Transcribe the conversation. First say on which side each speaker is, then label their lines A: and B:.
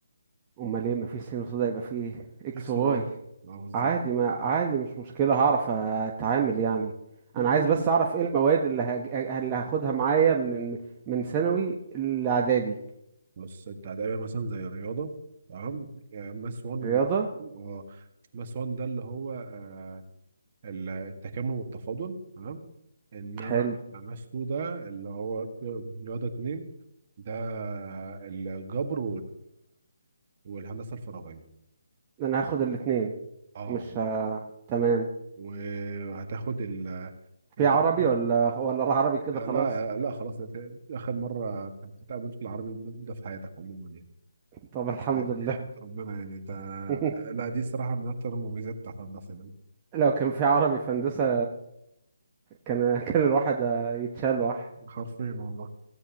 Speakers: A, on the right; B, on the right.
A: امال ايه مفيش سين وصودا يبقى فيه اكس
B: اكس
A: واي
B: وواي اه بالظبط
A: عادي ما عادي مش مشكلة هعرف اتعامل يعني انا عايز
B: يعني
A: بس اعرف ايه المواد اللي هج... اللي هاخدها معايا من من ثانوي الاعدادي
B: بص انت هتقابل مثلا زي الرياضه تمام يعني ماس 1
A: رياضة
B: وماس 2 اه ماس 1 ده اللي هو آه، ال- التكامل والتفاضل تمام انما
A: حلو
B: ماس 2 ده اللي هو رياضه 2 ده الجبر والهندسه الفراغيه
A: انا هاخد الاتنين
B: اه
A: مش ه... تمام
B: وهتاخد ال
A: في
B: الدبلوم
A: عربي ولا ولا العربي كده
B: لا
A: خلاص
B: لا لا، خلاص ده اخر مره تتقابل في العربي ده ده في حياتك عموما يعني
A: طب الحمد
B: يعني
A: لله
B: احمد ربنا يعني ده
A: <laughs>
B: لا دي صراحه من اكتر المميزات بتاعت الهندسه يعني
A: لو كان في عربي في هندسة كان كان الواحد يتشال واحد
B: حرفيا والله